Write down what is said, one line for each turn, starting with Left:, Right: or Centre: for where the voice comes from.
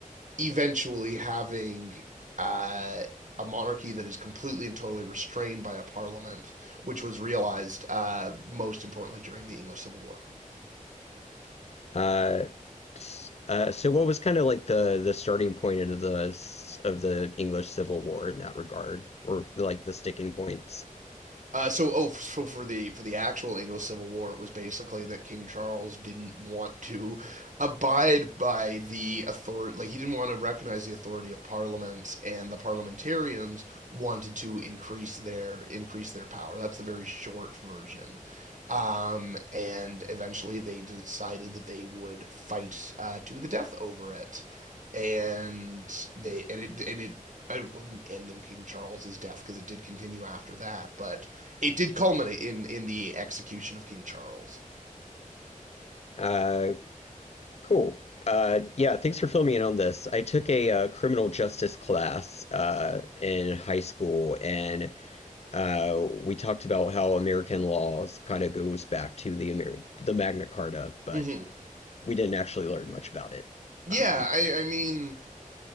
Right: eventually having uh, a monarchy that is completely and totally restrained by a parliament, which was realized uh, most importantly during the English Civil War.
Left: Uh, uh, so what was kind of like the the starting point of the of the English Civil War in that regard, or like the sticking points?
Right: Uh, so, oh, so for the for the actual English Civil War, it was basically that King Charles didn't want to abide by the authority, like he didn't want to recognize the authority of Parliament, and the parliamentarians wanted to increase their increase their power. That's the very short version. Um, and eventually, they decided that they would fight uh, to the death over it, and they and it and it I didn't end in King Charles's death because it did continue after that. But it did culminate in in the execution of King Charles.
Left: Uh, cool. Uh, yeah, thanks for filling me in on this. I took a uh, criminal justice class uh, in high school, and uh, we talked about how American laws kind of goes back to the Amer the Magna Carta, but
Right: hmm
Left: we didn't actually learn much about it.
Right: Yeah,
Left: Um,
Right: I, I mean,